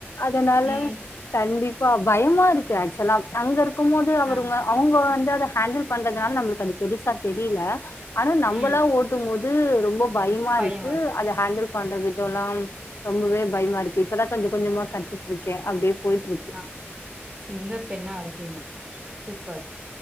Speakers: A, on the left (about 80°); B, on the right (about 30°).
A: அதனால
B: ம்
A: கண்டிப்பா பயமா இருக்கு ஆக்சுவலா அங்க இருக்கும்போது அவருங்க
B: ஆ
A: அவுங்க வந்து அத ஹேண்டல் பண்றதுனால நம்மளுக்கு அது பெருசா தெரில ஆனா நம்மலா
B: ம்
A: ஓட்டும்போது ரொம்ப பயமா
B: பயோ
A: இருக்கு
B: வருது
A: அத ஹேண்டில் பண்ற விதோல்லாம் ரொம்பவே பயமா இருக்கு இப்பதா கொஞ்ச கொஞ்சமா கத்துட்டு இருக்க அப்டியே போயிட்டு இரு
B: ஆ சிங்க பெண்ணா இருக்கீங்கோ சூப்பர்